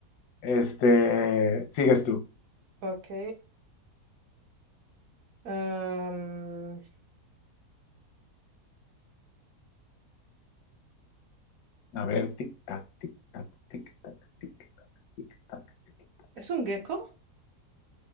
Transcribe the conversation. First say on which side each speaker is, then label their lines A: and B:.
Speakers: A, on the left; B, on the right.
A: Este, sigues tú.
B: Ok. Am,
A: A ver, tic-tac, tic-tac, tic-tac, tic-tac, tic-tac, tic-tac.
B: ¿es un gecko?